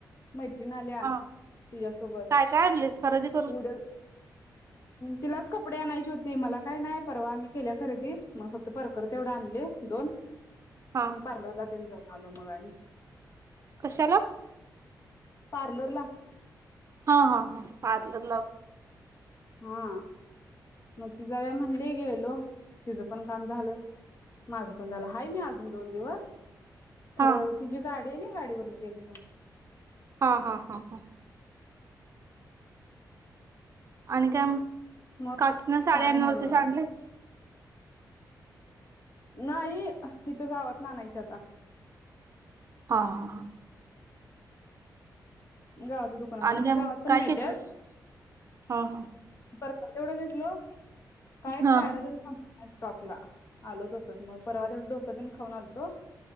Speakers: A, on the left; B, on the right.
A: मैत्रिण आल्या
B: हा
A: तुझ्यासोबत
B: काय काय आणलीस खरेदी करून
A: पुढ तिलाच कपडे आणायची होती मला काय नाही परवा आम्ही केल्या खरेदी मग फक्त परकर तेवढं आणले दोन
B: हा
A: मग प्लर ला देऊन जाऊ आलो मगणी
B: कशाला
A: पार्लर ला
B: हा हा हा पार्लर लाव
A: हा मग ति जाव्या म्हणले गेलो तिचं पण काम झालं माझं पण झालं आहेय मी अजून दोन दिवस खरं
B: हा
A: तिची गाडी नाही गाडीवरून गेलतो
B: हा हा हा हा आणि काय
A: मग
B: काकींना साडयांनवरती
A: काय नाही बघा
B: साडलीस
A: नाही इथं गावातना आणायच्या आता
B: हा हा हा
A: गावातल्या दुकानातन
B: आणि
A: म्हणजे
B: काय
A: गावात
B: मग
A: पण
B: काय
A: मिळत्यात
B: केलतीस हा हा
A: परकार तेवढं घेतल काय
B: हा
A: खायला तेन थांब स्टॉपला आलो तसंच मग परवा तेवढ डोस तेन खाऊन आलतो